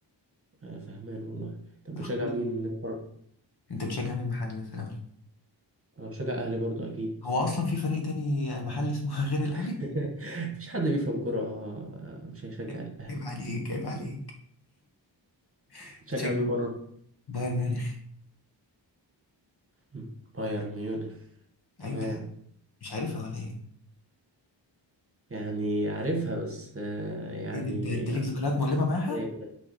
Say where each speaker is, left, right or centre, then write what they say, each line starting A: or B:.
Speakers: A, on the right; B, on the left.
A: آه فهمان والله طب بتشجع
B: اخوي
A: مين بره
B: انت بتشجع مين محلي مثلا
A: انا بشجع اهلي برضو اكيد
B: هو اصلا في فريق تاني محلي اسمه <laughs> غير الاهلي
A: <laughs> مفيش حد بيفهم كوره آه، مش هيشجع
B: <laughs>
A: الاهلي
B: عيب عليك عيب عليك <laughs>
A: بتشجع
B: بتشجع
A: مين بره
B: بايرن ميونخ
A: مم، بايرن ميونخ تمام
B: ايوه يا عم. مش عارفها ولا ايه
A: يعني عارفها بس آه يعني
B: ايه ده انت انت ليك ذكريات مؤلمة معاها
A: <laughs>